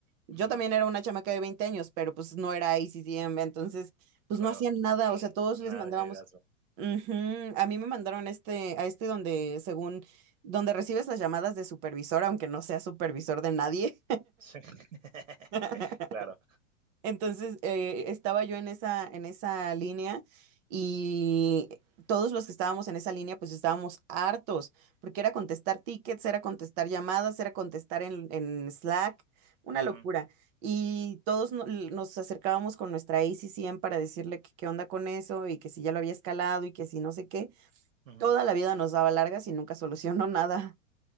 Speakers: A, on the right (about 20°); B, on the right (about 85°).
A: Yo
B: Ujú,
A: también era una chamaca de 20 años, pero pues no era ICCM, entonces pues
B: Claro.
A: no hacían nada,
B: Sí,
A: o sea, todos
B: nada
A: les mandábamos.
B: de heredazgo.
A: Ujú, A mí me mandaron este, a este donde, según, donde recibes las llamadas de supervisor, aunque no sea supervisor de nadie.
B: Sí, <laughs>
A: <laughs>
B: claro.
A: Entonces, eh, estaba yo en esa, en esa línea y todos los que estábamos en esa línea, pues estábamos hartos, porque era contestar tickets, era contestar llamadas, era contestar en, en Slack, una
B: Ujú,
A: locura. Y todos no- nos acercábamos con nuestra ACCM para decirle que qué onda con eso y que si ya lo había escalado y que si no sé qué.
B: ujú.
A: Toda la vida nos daba largas y nunca solucionó <laughs> nada.